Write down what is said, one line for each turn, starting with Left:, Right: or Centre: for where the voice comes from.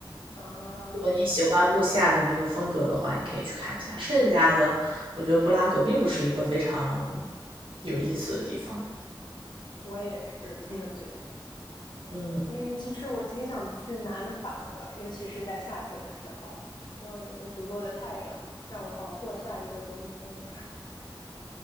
Left: 啊，
Right: 如果你喜欢木下的那个风格的话，你可以去看一下。剩下的，我觉得布拉格并不是一个非常有意思的地方。
Left: 我也是这么觉得。
Right: 嗯，
Left: 嗯，其实我挺想去南法的，尤其是在夏天的时候，希望有一些足够的太阳，让我熬过下一个冬天。<laughs>